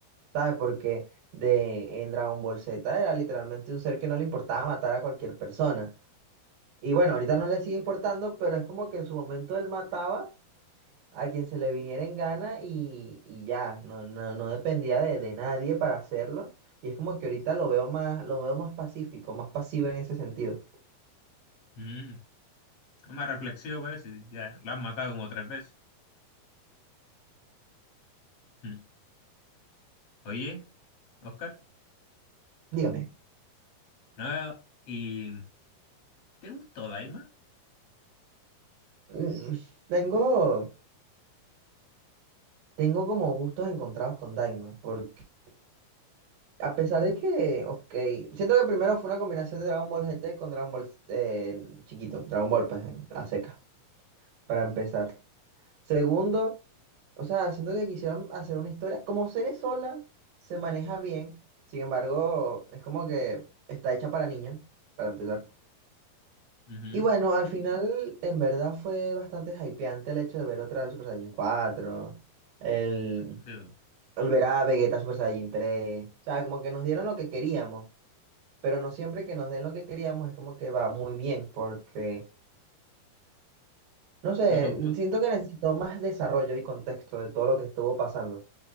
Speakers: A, on the right (about 70°); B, on the left (about 65°).
A: ¿sabes? Porque de, en Dragon Ball Z era literalmente un ser que no le importaba matar a cualquier persona. Y bueno, ahorita no le sigue importando, pero es como que en su momento él mataba a quien se le viniera en gana y, y ya, no, no, no dependía de, de nadie para hacerlo. Y es como que ahorita lo veo más, lo veo más pacífico, más pasivo en ese sentido.
B: Mm. Una reflexión parece, ya lo han matado como tres veces. Mm. Oye, Oscar,
A: Dígame,
B: ¿no? ¿Y te gustó Daima?
A: mm, tengo, tengo como gustos encontrados con Daima, porque a pesar de que, ok, siento que primero fue una combinación de Dragon Ball GT con Dragon Ball eh, chiquito, Dragon Ball pues en- a seca, para empezar. Segundo, o sea, siento que quisieron hacer una historia. Como serie sola, se maneja bien. Sin embargo, es como que está hecha para niños, para empezar.
B: Ujú.
A: Y bueno, al final, en verdad fue bastante hypeante el hecho de ver otra del Super Saiyan cuatro el,
B: O sea,
A: el ver a Vegeta Super Saiyan tres O sea, como que nos dieron lo que queríamos, pero no siempre que nos den lo que queríamos es como que va muy bien, porque, no sé,
B: no te gustó.
A: siento que necesitó más desarrollo y contexto de todo lo que estuvo pasando.